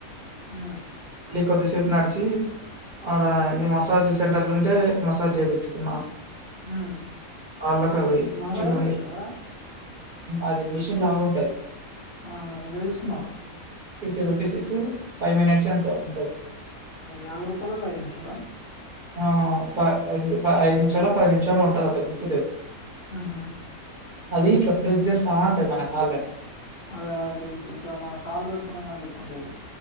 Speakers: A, on the left (about 50°); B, on the right (about 45°).
A: ఉమ్
B: కొద్దిసేపు నడిసి అడ ఎ మసాజ్ సెంటర్లు ఉంటే మసాజ్ చేపిచ్చుకున్నా
A: ఉమ్
B: అళ్ల కవే
A: మసాజ్
B: చిన్నమి
A: కూడా చేస్తారా ఆడ
B: అది మిషన్ లాగుంటది
A: ఆ ఎంత తీసుకున్నారు.
B: ఫిఫ్టీ రూపీస్ ఇస్తే ఫైవ్ మినిట్స్ ఎంతో ఉంటది.
A: యాభై రూపాలకు ఐదు నిమిషాల
B: ఆ ప ప ఐదు నిమిషాలు పది నిమిషాలు ఉంటది అంత గుర్తులేదు.
A: ఉహు
B: అది ఇట్లా ఫ్రిడ్జెస్తా ఉంటది మన కాళ్ళని.
A: అదే అదే తెలుసు ఇట మాన కాలు పెట్టుకునే దని లెక్క ఉంటది.